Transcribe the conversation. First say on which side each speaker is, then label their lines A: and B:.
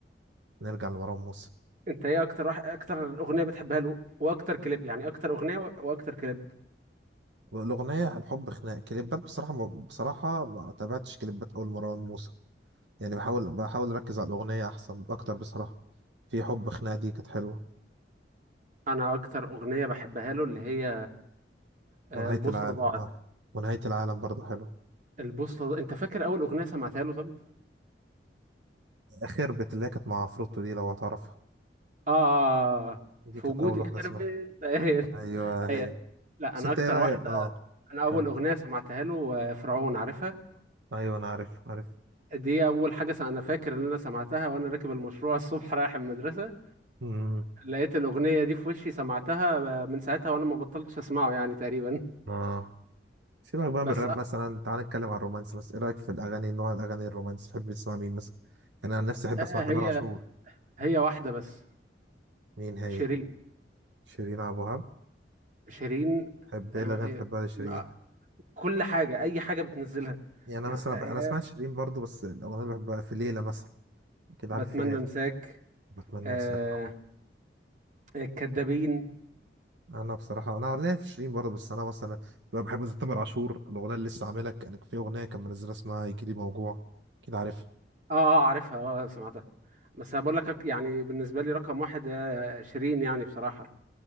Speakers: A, on the right (about 85°); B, on the right (about 45°).
A: نرجع لمروان موسى
B: انت ايه اكتر واحد اكتر اغنيه بتحبها له واكتر كليب يعني اكتر اغنيه و- واكتر كليب
A: الأغنية الحب خناق كليبات بصراحة ما بصراحة ما تابعتش كليبات أول مروان موسى يعني بحاول بحاول أركز على الأغنية أحسن أكتر بصراحة في حب خناق دي كانت حلوة
B: انا اكتر اغنيه بحبها له اللي هي آه،
A: ونهاية
B: البوصله
A: العالم
B: ضاعت
A: اه ونهاية العالم برضو حلو
B: البوصله ضاعت. انت فاكر اول اغنيه سمعتها له طب
A: خربت اللي هي كانت مع عفروتو دي لو هتعرفها
B: اه آه، آه،
A: دي
B: في
A: كانت
B: وجودي
A: أول واحدة
B: خرب
A: اسمها
B: انت <laughs> ايه
A: أيوه
B: ايه
A: هي
B: لا
A: بس
B: انا
A: أنت
B: اكتر
A: إيه رأيك؟
B: واحده
A: اه
B: انا اول
A: كمل
B: اغنيه سمعتها له آه، فرعون عارفها
A: أيوه أنا عارف عارف
B: دي اول حاجه س- انا فاكر ان انا سمعتها وانا راكب المشروع الصبح رايح المدرسه
A: امم
B: لقيت الأغنية دي في وشي سمعتها من ساعتها وأنا ما بطلتش أسمعه يعني تقريبا
A: اه سيبك بقى
B: بس
A: من الراب
B: أ-
A: مثلا تعال نتكلم عن الرومانس بس إيه رأيك في الأغاني نوع الأغاني الرومانس تحب تسمع مين مثلا؟ يعني أنا عن نفسي أحب
B: أ-
A: أسمع تامر
B: هي
A: عاشور
B: هي واحدة بس
A: مين هي؟
B: شيرين
A: شيرين عبد الوهاب
B: شيرين
A: تحب
B: آه،
A: إيه الأغاني اللي بتحبها لشيرين؟
B: آه، كل حاجة أي حاجة بتنزلها
A: يعني
B: يعني
A: أنا مثلا
B: آه،
A: بح- أنا سمعت
B: آه،
A: شيرين برضو بس الأغنية اللي بحبها في ليلة مثلا كده
B: بتمنى
A: عارف في ليلة
B: أنساك
A: بتمنى
B: آه،
A: أنساك طبعا.
B: الكدابين
A: انا بصراحه انا ليا في شيرين برضه بس انا مثلا بقى بحب زي تامر عاشور الاغنيه اللي لسه عاملها كان في اغنيه كان منزلها اسمها يجي لي موجوع كده عارف
B: آه آه عارفها آه سمعتها بس أنا بقول لك أك- يعني بالنسبة لي رقم واحد آه، شيرين يعني بصراحة